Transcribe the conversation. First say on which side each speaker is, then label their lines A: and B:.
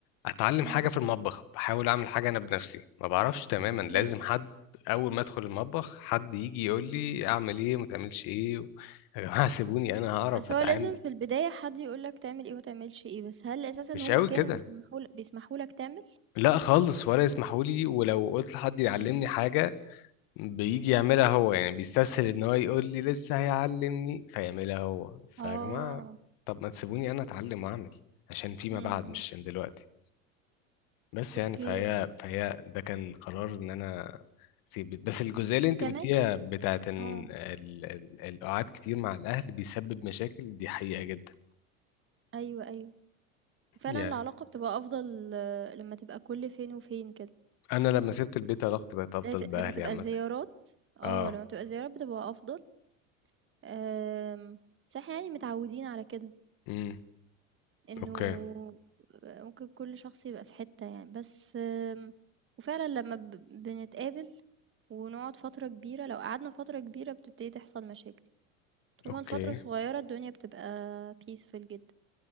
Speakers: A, on the left; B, on the right.
A: اتعلم
B: مم.
A: حاجه في المطبخ بحاول اعمل حاجه انا بنفسي ما بعرفش تماما
B: اوكي
A: لازم حد اول ما ادخل المطبخ حد يجي يقول
B: مم.
A: لي اعمل ايه وما تعملش ايه و... يا جماعه سيبوني انا هعرف
B: بس
A: اتعامل
B: هو لازم في البداية حد يقولك تعمل ايه ومتعملش ايه بس هل أساسا
A: مش
B: هما
A: قوي
B: كانوا
A: كده
B: بيسمحوا بيسمحوا لك تعمل؟
A: لا خالص ولا يسمحوا لي ولو قلت لحد يعلمني
B: مم.
A: حاجه بيجي يعملها هو يعني بيستسهل ان هو يقول لي لسه هيعلمني فيعملها هو فيا
B: اه
A: جماعه طب ما تسيبوني انا اتعلم واعمل عشان فيما
B: مم.
A: بعد
B: مم.
A: مش عشان دلوقتي بس
B: اوكي
A: يعني فهي فهي ده كان قرار ان انا اسيب بيت. بس الجزئيه اللي انت
B: وكمان
A: قلتيها بتاعت ان
B: اه
A: ال- ال- القعاد كتير مع الاهل بيسبب مشاكل دي حقيقه جدا
B: ايوه ايوه فعلا
A: يعني
B: العلاقة بتبقى أفضل آه، لما تبقى كل فين وفين كده
A: انا لما سبت البيت علاقتي بقت افضل
B: لا ت
A: باهلي
B: لمّا تبقى
A: عامه
B: الزيارات آه،
A: اه
B: لمّا بتبقى الزيارات بتبقى أفضل، آمم، بس إحنا يعني متعودين على كده،
A: امم
B: إنه
A: اوكي
B: آه، ممكن كل شخص يبقى في حتة يعني، بس آمم، وفعلًا لمّا ب بنتقابل ونقعد فترة كبيرة، لو قعدنا فترة كبيرة بتبتدي تحصل مشاكل، طول
A: اوكي
B: ما الفترة صغيرة الدنيا بتبقى peaceful جدًا.